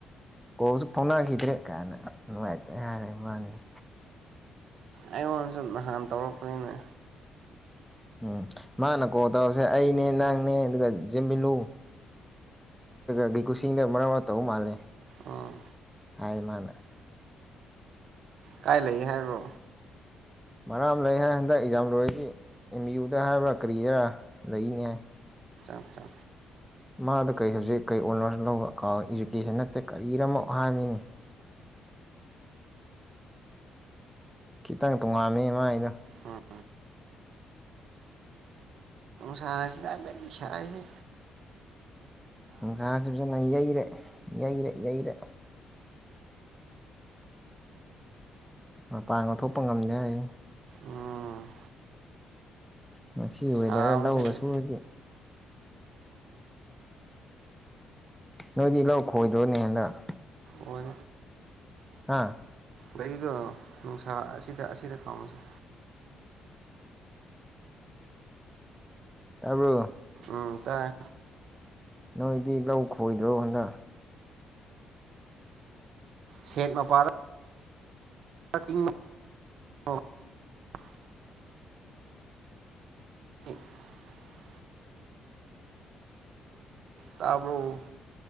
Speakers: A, in the centre; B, on the right (about 70°).
A: ꯍꯁꯨ ꯐꯣꯟꯒꯗ꯭ꯔꯦ ꯀꯩꯀꯥꯟꯅ ꯅꯨꯡꯉꯥꯏꯇꯦ ꯍꯥꯏꯔꯦ ꯏꯕꯥꯅꯤꯗ
B: ꯑꯩꯉꯣꯟꯗꯁꯨ ꯅꯍꯥꯟ ꯇꯧꯔꯛꯄꯅꯤꯅꯦ
A: ꯎꯝ ꯃꯥꯅ ꯀꯣꯜ ꯇꯧꯔꯁꯦ ꯑꯩꯅꯦ ꯅꯪꯅꯦ ꯑꯗꯨꯒ ꯆꯦꯟꯕꯤꯂꯨ ꯏꯒꯤ ꯈꯨꯁꯤꯅ ꯃꯔ ꯋꯥꯔ ꯇꯧ ꯃꯥꯜꯂꯦ
B: ꯑꯥ
A: ꯍꯥꯏꯃꯅ
B: ꯀꯥꯏ ꯂꯩ ꯍꯥꯏꯕꯣ
A: ꯃꯔꯥꯝ ꯂꯩ ꯍꯥꯏ ꯍꯟꯗꯛ ꯑꯦꯛꯖꯥꯝ ꯂꯣꯏꯔꯁꯤ ꯑꯦꯝ ꯏ ꯌꯨꯗ ꯍꯥꯏꯕ꯭ꯔꯥ ꯀꯔꯤꯗꯔꯥ ꯂꯩꯅꯤ ꯍꯥꯏ
B: ꯑꯆꯥ
A: ꯃꯥꯗ ꯀꯔꯤ ꯁꯕꯖꯦꯛ ꯀꯩ ꯑꯣꯅꯔꯁ ꯂꯧꯕ ꯀꯥꯎ ꯏꯖꯨꯀꯦꯁꯟ ꯅꯠꯇꯦ ꯀꯔꯤꯔꯝꯃꯛꯣ ꯍꯥꯏꯕꯅꯤꯅꯤ ꯈꯤꯇꯪ ꯇꯣꯉꯥꯝꯃꯤꯃ ꯑꯩꯗꯣ
B: ꯎꯝ ꯁꯥꯁꯤꯗ ꯃꯗꯤ ꯁ ꯍꯦ
A: ꯅꯨꯡꯁꯥꯁꯤꯖꯅ ꯌꯩꯔꯦ ꯌꯩꯔꯦ ꯌꯩꯔꯦ ꯃꯄꯥꯡꯒ ꯊꯣꯛꯄ ꯉꯝꯗꯦ ꯑꯩ
B: ꯎꯝ
A: ꯃꯁꯤ
B: ꯁꯥꯕꯁꯤꯗꯤ
A: ꯋꯦꯗꯔ ꯂꯧꯒꯥꯁꯨꯗꯤ ꯅꯣꯏꯗꯤ ꯂꯧ ꯈꯣꯏꯗ꯭ꯔꯣꯅꯦ ꯍꯟꯗꯥꯛ
B: ꯑꯣꯏ
A: ꯍꯥꯥ
B: ꯒꯥꯔꯤꯗꯣ ꯅꯨꯡꯁꯥ ꯑꯁꯤꯗ ꯑꯁꯤꯗ ꯈꯥꯎꯉꯁꯤꯦ
A: ꯇꯥꯔꯕꯣ
B: ꯎꯝ ꯇꯥꯏ
A: ꯅꯣꯏꯗꯤ ꯂꯧ ꯈꯣꯏꯗ꯭ꯔꯣ ꯍꯟꯗꯛ
B: ꯁꯦꯠ ꯃꯄꯥꯗ <unintelligible> <unintelligible> ꯇꯕꯣ